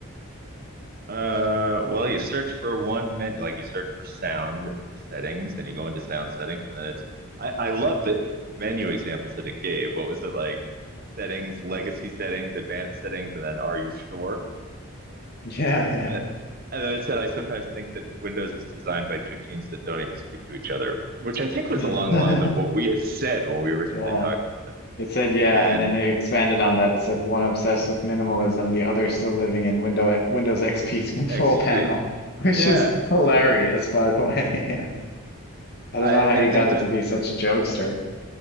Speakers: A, on the right; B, on the left.
A: Uh, well, you search for one minute, like you search for sound settings, and you go into sound settings, and then it's. I I love the menu examples that it gave. What was it like? Settings, legacy settings, advanced settings, and then are you sure?
B: Yeah,
A: And it, and then it said, I sometimes think that Windows is designed by two teams that don't even speak to each other, which I think was
B: yeah.
A: along the lines of what
B: <laughs>
A: we had said when we originally
B: Yeah.
A: talked about it.
B: It said, yeah,
A: And
B: and then it expanded on that. It said one obsessed with minimalism, the other still living in window Windows XP
A: uh,
B: control
A: XP,
B: panel, <laughs> which
A: yeah.
B: is hilarious, by the way. <laughs> Yeah. I
A: I,
B: don't know how
A: and
B: you got
A: then
B: it
A: the,
B: to be such a jokester.